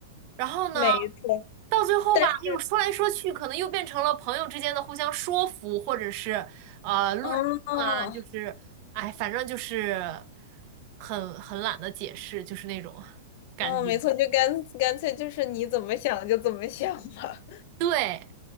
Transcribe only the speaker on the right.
然后呢，
到最后吧，
又说来说去，可能又变成了朋友之间的互相说服，或者是呃论证啊，
就是哎，反正就是很很懒得解释，就是那种感觉。
对，